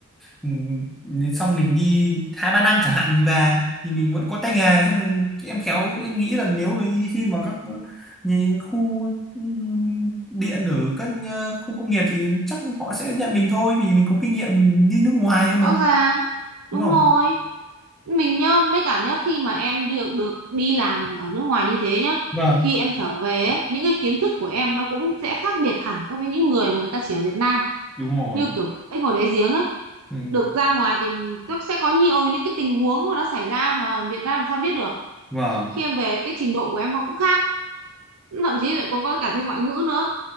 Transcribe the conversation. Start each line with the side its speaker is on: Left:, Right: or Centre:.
Centre: ừm, nếu xong mình đi hai ba năm chẳng hạn mình về thì mình vẫn có tay nghề xong mình em khéo em nghĩ là nếu mà đi xin vào các như khu ừm, điện ở các ờ, khu công nghiệp thì chắc họ sẽ nhận mình thôi vì mình có kinh nghiệm đi nước ngoài cơ mà
Right: rõ ràng
Centre: đúng
Right: đúng
Centre: không
Right: rồi mình nhá với cả nhá khi mà em được được đi làm ở nước ngoài như thế nhá
Centre: vâng
Right: khi em trở về ấy, những cái kiến thức của em nó cũng sẽ khác biệt hẳn so với những người mà người ta chỉ ở Việt Nam
Centre: đúng rồi
Right: như kiểu anh ngồi đáy giếng ấy
Centre: ừ,
Right: được ra ngoài thì nó sẽ có nhiều những cái tình huống mà nó xảy ra mà Việt Nam làm sao biết được
Centre: vâng
Right: khi em về cái trình độ của em nó cũng khác thậm chí lại có, có cả thêm ngoại ngữ nữa